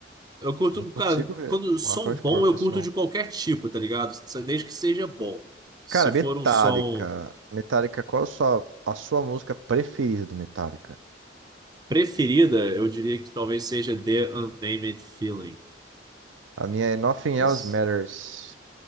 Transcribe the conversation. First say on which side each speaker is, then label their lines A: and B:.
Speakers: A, on the right (about 20°); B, on the right (about 80°).
A: Eu curto,
B: não consigo
A: cara,
B: ver
A: quando som
B: uma torta
A: bom,
B: de porco
A: eu
B: isso
A: curto
B: não.
A: de qualquer tipo, tá ligado? Desde que seja bom. Se
B: Cara, Metallica.
A: for um som
B: Metallica, qual a sua, a sua música preferida do Metallica?
A: preferida, eu diria que talvez seja The Unnamed Feeling.
B: A minha é Nothing
A: Os-
B: Else Matters.